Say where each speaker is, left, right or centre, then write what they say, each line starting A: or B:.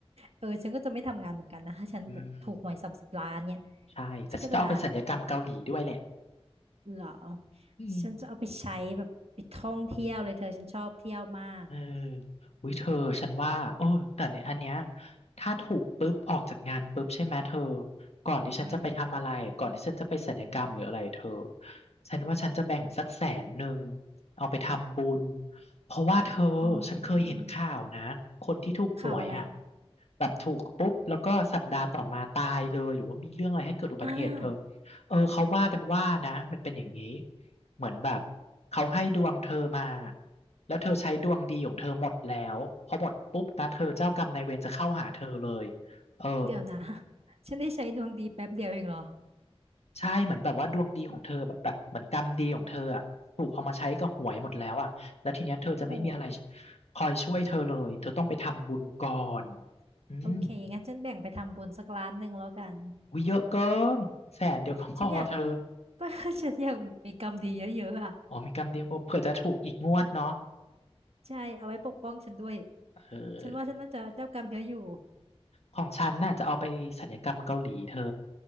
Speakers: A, on the right (about 70°); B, on the left (about 80°).
A: เออฉันก็จะไม่ทำงานเหมือนกันนะถ้าฉันแบบถูกหวยสามสิบล้านเนี่ย
B: อืมใช่แต่ฉันจะเอาไปสัญญกรรมเกาหลีด้วยแหละ
A: ฉันก็จะเหรอ
B: อืม
A: ฉันจะเอาไปใช้แบบไปท่องเที่ยวเลยเธอฉันชอบเที่ยวมาก
B: เอออุ้ยเธอฉันว่าโอ้ยแต่ในอันเนี้ยถ้าถูกปุ๊บออกจากงานปุ๊บใช่ไหมเธอก่อนที่ฉันจะไปทำอะไรก่อนที่ฉันจะไปศัลยกรรมหรืออะไรเธอ
A: อืม
B: ฉันว่าฉันจะแบ่งสักแสนหนึ่งเอาไปทำบุญเพราะว่าเธอฉันเคยเห็นข่าวนะ
A: อ๋อ
B: คนที่ถูกหวยอ่ะ
A: ข่าวอะไร
B: แบบถูกปุ๊บแล้วก็สัปดาห์ต่อมาตายเลยหรือว่ามีเรื่องอะไรให้เกิดอุบัติเหตุเธอ
A: อ้าว
B: เออเขาว่ากันว่านะมันเป็นอย่างนี้ เหมือนแบบเขาให้ดวงเธอมาแล้วเธอใช้ดวงดีของเธอหมดแล้วพอหมดปุ๊บนะเธอเจ้ากรรมนายเวรจะเข้าหาเธอเลยเออ
A: เดี๋ยวนะฉันได้ใช้ดวงดีแป๊บเดียวเองเหรอ
B: ใช่เหมือนแบบว่าดวงดีของเธอแบบแบบเหมือนกรรมดีของเธออะถูกเอามาใช้กับหวยหมดแล้วอะแล้วทีเนี้ยเธอจะไม่มีอะไร
A: โอ้โห
B: คอยช่วยเธอเลยเธอต้องไปทำบุญก่อนอืม
A: โอเคงั้นฉันแบ่งไปทำบุญสักล้านหนึ่งแล้วกัน
B: อุ้ยเยอะเกินแสนเดียวก็พอเธอ
A: ฉันอยากก็ <laughs> ฉันอยากมีกรรมดีเยอะๆอ่ะ
B: อ๋อมีกรรมเดียวโอ้เผื่อจะถูกอีกงวดเนาะ
A: ใช่เอาไว้ปกป้องฉันด้วย
B: เออ
A: ฉันว่าฉันน่าจะเจ้ากรรมเยอะอยู่
B: ของฉันน่ะจะเอาไปศัลยกรรมเกาหลีเธอ